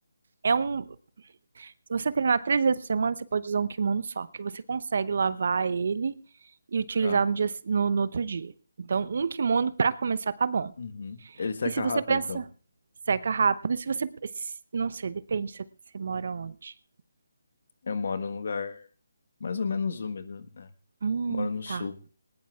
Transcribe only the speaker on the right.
é um... Se você treinar três vezes por semana, você pode usar um kimono só, que você consegue lavar ele e utilizar
no dia, no, no outro dia. Então, um kimono pra começar tá bom.
E se você
pensa,
seca rápido. E Se você. se- Não sei, depende se você mora onde.
Hum,
tá.